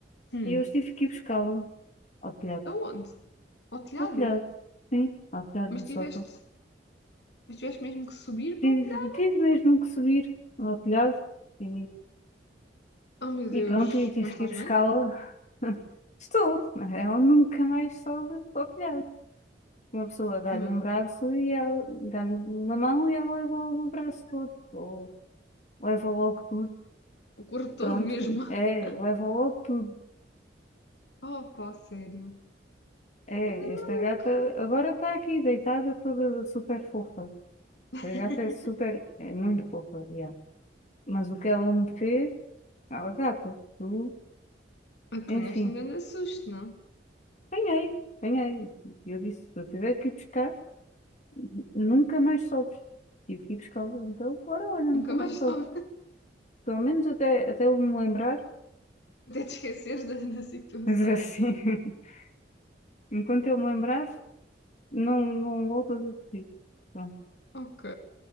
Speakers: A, on the left; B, on the left.
A: Hum,
B: e eu tive que ir buscá-la ao telhado.
A: aonde? Ao telhado?
B: Ao telhado, sim, ao telhado
A: Mas
B: do
A: tiveste,
B: sótão.
A: mas tiveste mesmo que subir para
B: Tive,
A: o telhado?
B: tive mesmo que subir ao telhado e,
A: Oh meu Deus,
B: e pronto, e tive
A: mas estás
B: que ir buscá-la.
A: bem?
B: <laughs> Estou, ela nunca mais sobe ao telhado. Uma pessoa dá-lhe
A: Me,
B: um braço e ela dá-lhe uma mão e ela leva logo o braço todo, ou leva logo tudo.
A: o corpo todo
B: Pronto,
A: mesmo. <laughs>
B: é, levou tudo.
A: Oh pá, sério.
B: É,
A: Anda
B: esta
A: maluca.
B: gata agora está aqui deitada toda super fofa.
A: <laughs>
B: A gata é super, é muito fofa, já. Mas o que ela me fez, ela gata, tu,
A: Apanhaste
B: enfim,
A: um grande susto, não?
B: apanhei, apanhei. E Eu disse, se eu tiver que ir buscar, n- nunca mais sobes. Tive que ir buscar, então, agora olha, nunca
A: Nunca mais
B: mais
A: estava
B: soube. Pelo menos até, até eu me lembrar,
A: <laughs> até te esqueceres da, da situação.
B: mas assim, <laughs> enquanto eu me lembrar, não, não voltas a pedir. Pronto,
A: Ok,